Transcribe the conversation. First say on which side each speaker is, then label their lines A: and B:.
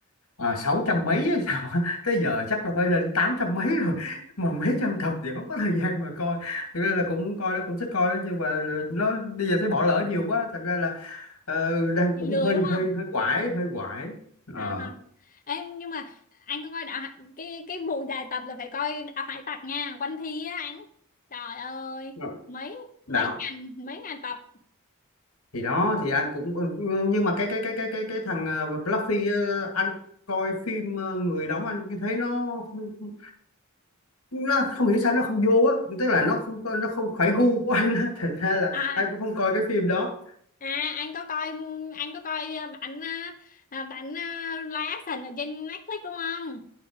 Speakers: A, on the left (about 80°); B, on the left (about 40°).
A: uh, sáu trăm mấy hay sao á. <laughs> tới giờ chắc là phải lên tám trăm mấy rồi mà mấy trăm tập thì không có thời gian mà coi thực ra là cũng muốn coi đó cũng thích coi đó nhưng mà nó bây giờ thấy bỏ lỡ nhiều quá thành ra là ờ, đang
B: Bị
A: cũng
B: lười
A: hơi
B: đúng
A: hơi
B: không
A: hơi quải hơi quải Ờ,
B: à, Em nhưng mà anh có coi đạo Hải- cái cái vụ dài tập là phải coi đạo hải tặc nha One Piece á anh trời ơi
A: Rồi.
B: mấy mấy
A: đạo
B: ngàn mấy ngàn tập
A: thì đó thì anh cũng ừ, ừ, nhưng mà cái cái cái cái cái cái thằng ờ, Luffy ờ, anh coi phim ờ, người đóng anh thấy nó không- không- nó không hiểu sao nó không vô á tức là nó không có- nó không phải gu của anh á <laughs> thành ra là
B: à
A: anh cũng không coi cái phim đó
B: à anh có coi anh có coi ờ, bản à, à, bản à, live action ở trên Netflix đúng không